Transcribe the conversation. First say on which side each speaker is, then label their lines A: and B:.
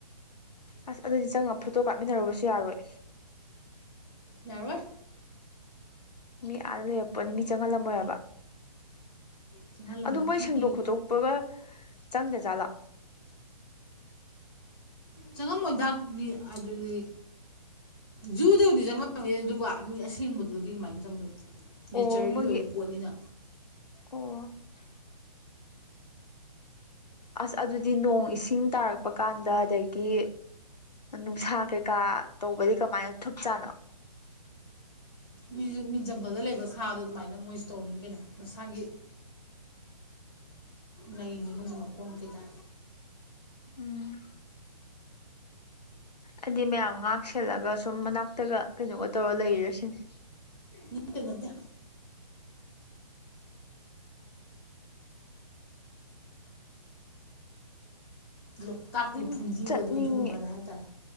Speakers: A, on the left; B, on the left.
A: ꯑꯁ ꯑꯗꯨꯗꯤ ꯆꯪꯉ ꯐꯣꯇꯣ ꯀꯥꯞꯃꯤꯟꯅꯨꯔꯕꯁꯨ ꯌꯥꯔꯣꯏ
B: ꯅꯔꯋꯥꯔ
A: ꯃꯤ ꯑꯥꯗ ꯂꯩꯔꯛꯄꯅꯤ ꯃꯤ ꯆꯪꯍꯜꯂꯝꯃꯣꯏꯕ
B: ꯆꯪꯍꯜꯂꯝꯃꯣꯏ
A: ꯑꯗꯨ ꯃꯣꯏ
B: ꯀꯤ
A: ꯁꯦꯡꯗꯣꯛ ꯈꯣꯠꯇꯣꯛꯄꯒ ꯆꯪꯗꯖꯥꯠꯂꯥ
B: ꯆꯪꯉꯝꯃꯣꯏꯗ ꯃꯤ ꯑꯗꯨꯗꯤ ꯖꯨꯗꯕꯨꯗꯤ ꯆꯪꯉꯝꯅꯤꯦ ꯑꯗꯨꯒ ꯃꯤ ꯑꯁꯦꯡꯕꯗꯨꯗꯤ ꯀꯃꯥꯏꯅ ꯆꯪꯗꯣꯏꯅꯣ ꯅꯦꯆꯔꯒꯤ
A: ꯑꯣ ꯃꯣꯏꯒꯤ
B: ꯑꯣꯏꯕ ꯄꯣꯠꯅꯤꯅ
A: ꯑꯣ <inaudible> ꯑꯁ ꯑꯗꯨꯗꯤ ꯅꯣꯡ ꯏꯁꯤꯡ ꯇꯥꯔꯛꯄ ꯀꯥꯟꯗ ꯑꯗꯒꯤ ꯅꯨꯡꯁꯥ ꯀꯩꯀꯥ ꯇꯧꯕꯗꯤ ꯀꯃꯥꯏꯅ ꯊꯞ ꯆꯥꯅ
B: ꯃꯤ ꯃꯤ ꯖꯪꯒꯜꯗ ꯂꯩꯕ ꯁꯥꯗꯣ ꯑꯗꯨꯃꯥꯏꯅ ꯃꯣꯏꯁꯨ ꯇꯧꯔꯤꯅꯤ ꯀꯩꯅꯣ ꯃꯁꯥꯒꯤ ꯂꯥꯏꯅꯤ ꯃꯖꯃ ꯀꯣꯟ ꯀꯩ ꯇ
A: ꯎꯝ ꯍꯥꯏꯗꯤ ꯃꯌꯥꯝ ꯉꯥꯛꯁꯦꯜꯂꯒ ꯁꯨꯝ ꯃꯅꯥꯛꯇꯒ ꯀꯩꯅꯣꯒ ꯇꯧꯔ ꯂꯩꯔꯁꯤꯅꯦ
B: ꯅꯅꯨꯡꯇ ꯅꯠꯇ ꯂꯣꯛꯇꯥꯛꯀꯤ
A: ꯎꯝ
B: ꯐꯨꯝꯗꯤꯗꯣ
A: ꯆꯠꯅꯤꯡꯉꯦ
B: ꯑꯗꯨ ꯑꯗꯨꯒꯨꯝꯕꯗ ꯍꯥꯏꯇꯥꯔꯦ